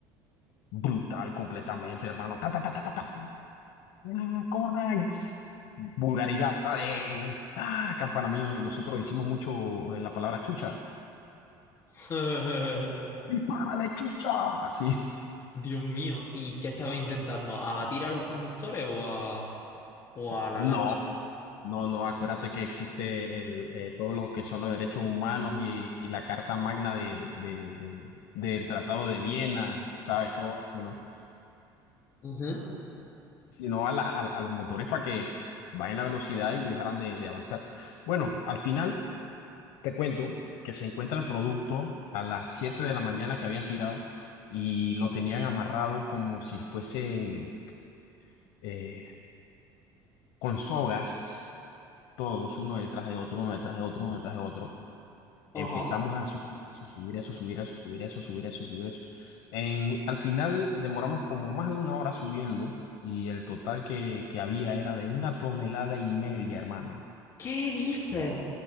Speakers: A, on the left; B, on the left.
A: Brutal completamente, hermano. Ta, ta, ta, ta, ta, ta. Ah, corran. Vulgaridad. eh. Ah, acá en Panamá yo- nosotros hicimos mucho eh, la palabra chucha.
B: <laughs>
A: ¡Dispárale, chucha! Así.
B: Dios mío, ¿y qué estaba intentando? ¿Abatir a los conductores o a, o a la
A: No,
B: lancha?
A: no, no. Acuérdate que existe el, eh, todos los que son los derechos humanos y, y la Carta Magna de, de- de- del Tratado de Viena, ¿sabes? Todo eso, ¿no?
B: Ujú,
A: Sino a, la- a, a los motores para que bajen la velocidad y dejaran de de avanzar. Bueno, al final. Te cuento que se encuentra el producto a las siete de la mañana que habían tirado y lo tenían amarrado como si fuesen eh, con sogas, todos, uno detrás de otro, uno detrás de otro, uno detrás de otro.
B: Ajá.
A: Empezamos a subir eso, subir eso, subir eso, subir eso, subir eso, subir eso. En, al final demoramos como más de una hora subiendo y el total que, que había era de una tonelada y media, hermano.
B: ¿Qué dices?